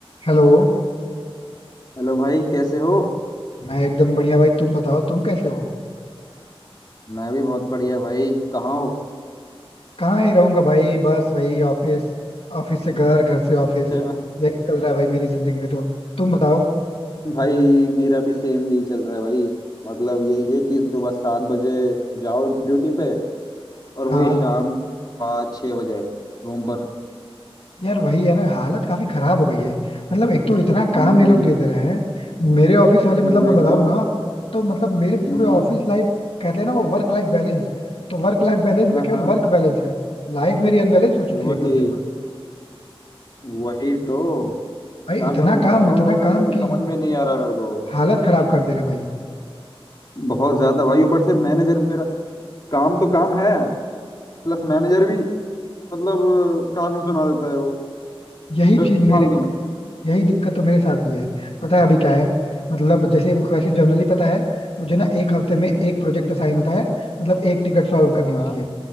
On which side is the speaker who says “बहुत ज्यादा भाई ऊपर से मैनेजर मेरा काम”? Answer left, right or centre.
Left